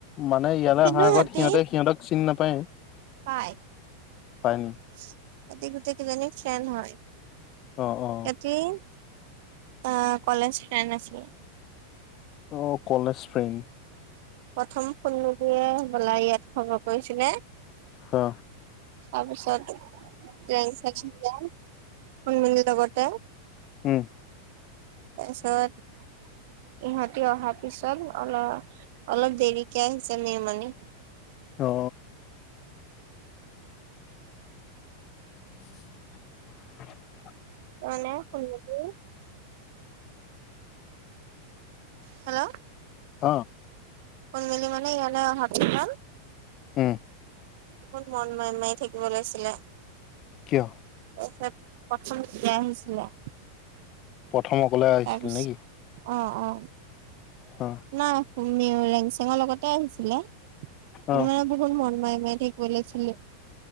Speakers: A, on the left; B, on the right.
A: মানে ইয়ালৈ
B: কিন্তু
A: অহা আগত
B: সিহঁতি
A: সিহঁতে সিহঁতক চিনি নাপায়।
B: পায়।
A: পায় নি?
B: সিহঁতি গোটেইকেইজনী ফ্ৰেণ্ড হয়।
A: অ অ
B: সিহঁতি আ কলেজ ফ্ৰেণ্ড আছিল।
A: অ কলেজ ফ্ৰেণ্ড।
B: প্ৰথম শুনমোলিয়ে হবলা ইয়াত খবৰ কৰিছিলে।
A: অ।
B: তাৰপিছতে ৰেংছেঙে শুনমনি লগতে
A: হোহ।
B: তাৰপিছত, ইহতি অহাৰ পিছত অল- অলপ দেৰিকে আহিছে মেহ মানে।
A: অ। <inaudible>
B: মানে শুনমোলি, হেল্ল'।
A: অ।
B: শুনমেলি মানে ইয়ালে পিছল
A: উম।
B: বহুত মন মাৰি মাৰি থাকিব লৈছিলে।
A: কিয়?
B: পেছেব প্ৰথম তে আহিছিলে।
A: প্ৰথম অকলে আহিছিল
B: তাৰপিছত
A: নেকি?
B: অ অ।
A: আহ।
B: নাই ৰেংচেঙৰ লগতে আহিছিলে কি
A: অ
B: মানে ব- হুন মন মাই মাই থাকিব লৈছিলে,